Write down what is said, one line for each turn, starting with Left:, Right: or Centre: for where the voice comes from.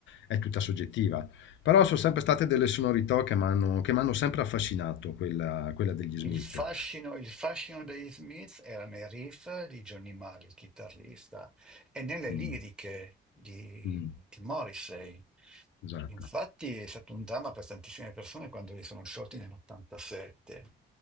Left: è tutta soggettiva però sono sempre state delle sonorità che mi hanno che m'hanno sempre affascinato, quella, quella degli Smith.
Centre: Il fascino, il fascino degli Smith era nei riff di Johnny Marr, il chitarrista, e nelle
Left: Mh,
Centre: liriche di,
Left: mh,
Centre: di Morrissey.
Left: esatto,
Centre: Infatti è stato un dramma per tantissime persone quando li sono sciolti nell'87.